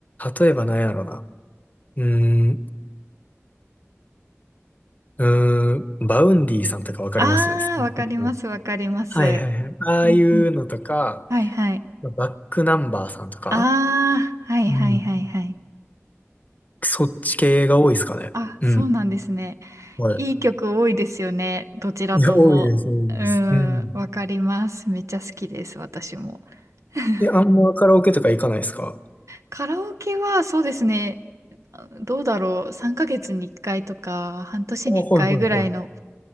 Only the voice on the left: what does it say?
例えば何やろな。うーん、うーん、バウンディさんとかわかります
<laughs>
はいはいはい。ああいうのとか、
バックナンバーさんとか、
うん。そっち系が多いですかね。
うん。
はい。
いや、多いです、多いです。
うん。
いや、あんまカラオケとか行かないですか
あ、はいはいはい。